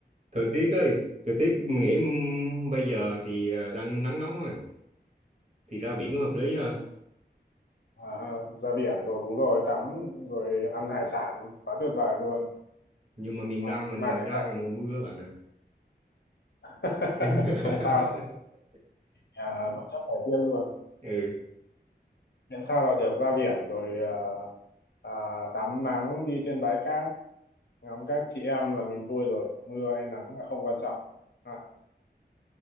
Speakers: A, on the right; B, on the left.
A: thời tiết ấy thời tiết mình nghĩ ừm, bây giờ thì à, đang nắng nóng rồi thì ra biển có hợp lý ha
B: à, ra biển rồi đúng rồi tắm rồi ăn hải sản quá tuyệt vời luôn
A: nhưng mà miền
B: mà
A: Nam mình
B: mà
A: là đang
B: cái
A: là mùa mưa bạn ạ
B: <laughs>
A: <laughs>
B: không sao à, bất chấp thời tiết luôn
A: ừ
B: miễn sao là được ra biển rồi à, à, tắm nắng đi trên bãi cát ngắm các chị em là mình vui rồi mưa hay nắng là không quan trọng À,